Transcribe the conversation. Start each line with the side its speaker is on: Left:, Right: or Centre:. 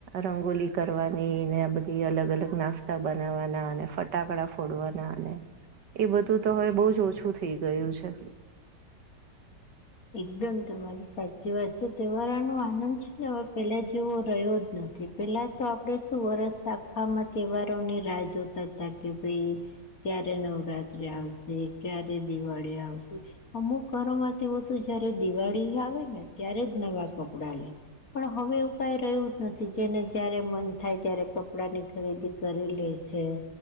Right: રંગોલી કરવાની ને આ બધી અલગ અલગ નાસ્તા બનાવવાના અને ફ ટાકડા ફોડવાનાને એ બધું તો હવે બહ જ ઓછું થઈ ગયું છે.
Left: એકદમ તમારી સાચી વાત છે તહેવારોનો આનંદ છે હવે પેલા જેવો રહ્યો જ નથી પેલા તો આપણેે શું વર્ષ આખામાં તહેવારોની રાહ જોતા હતા કે ભાઈ ક્યારે નવરાત્રી આવશે ક્યારે દિવાળી આવશે અમુક ઘરોમાં તેઓ તો જયારે દિવાળી આવે ને ત્યારે જ નવા કપડાં લે પણ હવે એવું કઈ રહ્યું જ નથી જેને જયારે મન થાય ત્યારે કપડા ની ખરીદી કરી લે છે.